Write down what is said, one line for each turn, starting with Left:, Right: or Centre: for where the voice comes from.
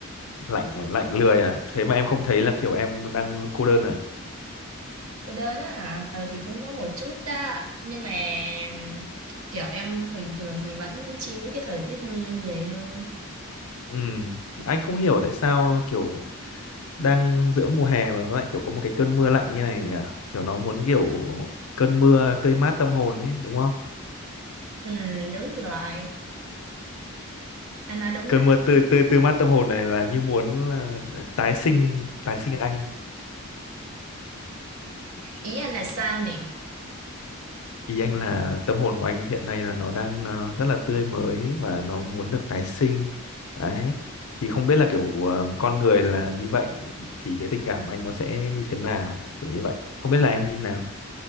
Left: Lạnh lạnh lười à? Thế mà em không thấy là kiểu em đang cô đơn à?
Right: Cô đơn á hả? Ờ thì cũng có một chút đó. Nhưng mà ừm, kiểu em bình thường thì vẫn chill cái thời tiết mưa như vậy hơn.
Left: Ừ, anh không hiểu tại sao kiểu đang giữa mùa hè mà nó lại kiểu có một cái cơn mưa lạnh như này nhỉ? Kiểu nó muốn kiểu cơn mưa tươi mát tâm hồn ấy, đúng không?
Right: Ừ, đúng rồi. Anh nói đúng
Left: Cơn
Right: á.
Left: mưa tươi tươi tươi mát tâm hồn này là như muốn là tái sinh, tái sinh anh.
Right: Ý anh là sao nè?
Left: Ý anh là tâm hồn của anh hiện nay là nó đang ờ, rất là tươi mới và nó muốn được tái sinh. Đấy. Thì không biết là kiểu ờ, con người là như vậy thì cái tình cảm của anh nó sẽ như thế nào, kiểu như vậy. Không biết là em như nào.